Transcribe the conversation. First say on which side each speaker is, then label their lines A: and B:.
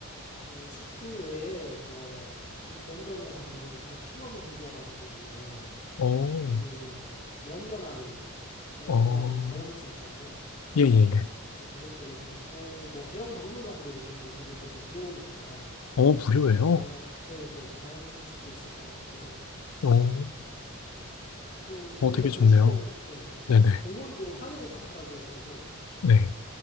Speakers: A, on the left; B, on the left.
A: 그 축구 외에 뭐 근- 런던에 가면 버킹엄 궁전이나
B: 어,
A: 아니면 런던 아이, 런던
B: 어,
A: 아이 관람차 있잖아요.
B: 예, 예, 예.
A: 근데 그것도 괜찮고 뭐 대형 박물관도 있는데 거긴 또 무료니까
B: 어, 무료예요?
A: 가서 다양하 네, 네, 다양하게 볼 수도 있을 것 같고
B: 어,
A: 그런 네. 또
B: 어,
A: 런던
B: 되게
A: 중심에
B: 좋네요.
A: 네.
B: 네네.
A: 공원도 하이드 파크라고 해가지고
B: 네.